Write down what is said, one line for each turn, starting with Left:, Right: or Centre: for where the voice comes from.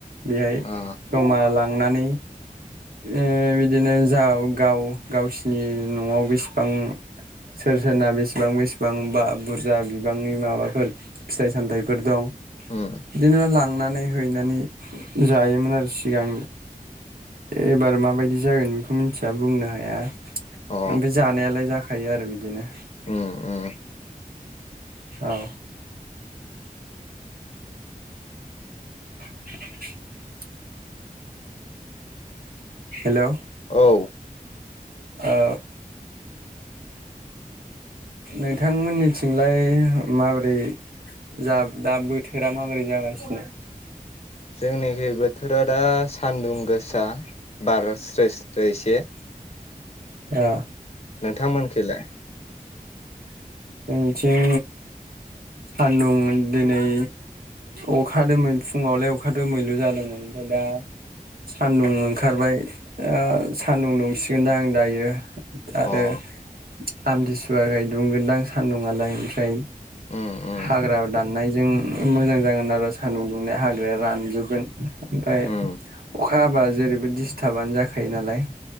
Right: बेहाय
Left: अ
Right: जमा लां नुनानै ओ बिदिनो जा गाव गावसिनि नआव बेसेबां सोर सोरना बेसेबां बेसे बां बा बुरजा बिबांनि माबाफोर फिथाइ सामथाइफोर दं।
Left: उम
Right: बिदिनो लां नानै हैनानै जायोमोन आरो सिगां एबार माबायदि जागोन बेखौ मिथिया बुंनो हाया
Left: अ
Right: ओमफाय जानायालाय जाखायो आरो बिदिनो
Left: उम उम
Right: औ। <inaudible> हेल <unintelligible> ओ
Left: औ
Right: ओ नोंथांमोननिथिंलाय माबोरै जा दा बोथोरा माबोरै जागासिनो?
Left: जोंनिखि बोथोरा दा सान्दुं गोसा। बार‌ स्रो स्रो इसे
Right: ओ।
Left: नोंथां मोनखिलाय?
Right: उम थिं सान्दुं दिनै अखादोंमोन फुंङावलाय अखा दोमैलु जादोंमोन ओमफाय दा सान्दुं ओंखारबाय ओ सान्दुं दुंसिगोन दां दायो। आरो
Left: अ
Right: आमथिसुवाखाय दुंगोनदां सान्दुंआलाय ओमफ्राय
Left: उम उम
Right: हाग्रा दाननायजों मोजां जागोन आरो सानदुं दुंनाया हाग्राया रानजोबगोन। ओमफाय अखा
Left: उम
Right: हाबा जेरैबो दिस्थाबानो जाखायो नालाय